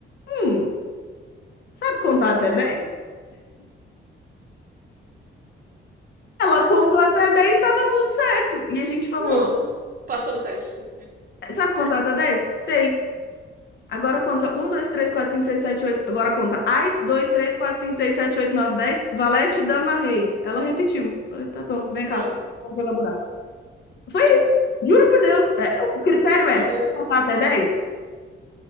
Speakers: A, on the left; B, on the right.
A: Hum, sabe contar até
B: Por que
A: 10?
B: não?
A: Ela contou até 10, estava tudo certo. E a gente falou:
B: Pronto, passou no teste.
A: Sabe contar até 10? Sei. Agora conta um, 2, 3, 4, 5, 6, 7, 8. Agora conta Ás, 2, 3, 4, 5, 6, 7, 8, 9, 10. Valete, dama, rei. Ela repetiu. Falei, tá bom, vem
B: Pronto,
A: cá, assim, vamos jogar buraco. Foi isso. Juro por Deus. É, o critério
B: que maneiro.
A: é: sabe contar até 10.